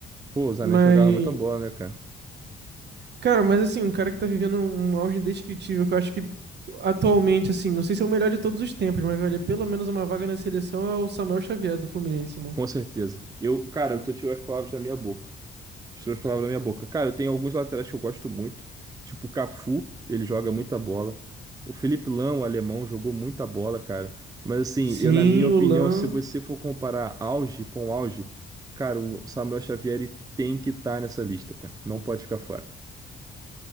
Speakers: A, on the right (about 20°); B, on the right (about 60°).
A: Pô, o Zanetti
B: Mas
A: jogava muita bola, né, cara?
B: Cara, mas assim, um cara que tá vivendo um um auge indescritível, que eu acho que atualmente, assim, não sei se é o melhor de todos os tempos, mas vale pelo menos uma vaga na seleção é o Samuel Xavier do Fluminense, mano.
A: Com certeza. Eu, cara, eu tô tirando as palavras da minha boca. Tirou as palavras na minha boca. Cara, eu tenho alguns laterais que eu gosto muito. Tipo o Cafu, ele joga muita bola. O Felipe Lão, o alemão, jogou muita bola, cara. Mas assim,
B: Sim,
A: eu na minha opinião,
B: o Lan.
A: se você for comparar auge com auge, cara, o Samuel Xavier ele tem que estar nessa lista, cara. Não pode ficar fora.